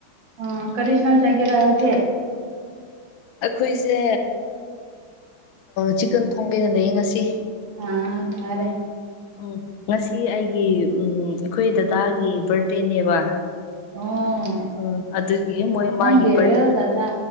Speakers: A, on the right; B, on the left.
A: ꯑ ꯀꯔꯤ ꯁꯥꯟ ꯆ ꯀꯦꯔ ꯍꯧꯁꯦ
B: ꯑꯩꯈꯣꯏꯁꯦ ꯆꯤꯀꯟ ꯊꯣꯡꯒꯦꯅ ꯂꯩꯌꯦ ꯉꯁꯤ
A: ꯑꯥ ꯐꯔꯦ
B: ꯎꯝ ꯉꯁꯤ ꯑꯩꯒꯤ ꯎꯝ ꯑꯩꯈꯣꯏ ꯗꯗꯥꯒꯤ ꯕꯥꯔꯗꯦꯅꯦꯕ
A: ꯑꯣ
B: ꯎꯝ ꯑꯗꯨꯒꯤ ꯃꯣꯏ
A: ꯅꯪꯒꯦꯔ‌ꯣꯗꯥꯗ
B: ꯃꯥꯒꯤ ꯕꯥꯔꯠ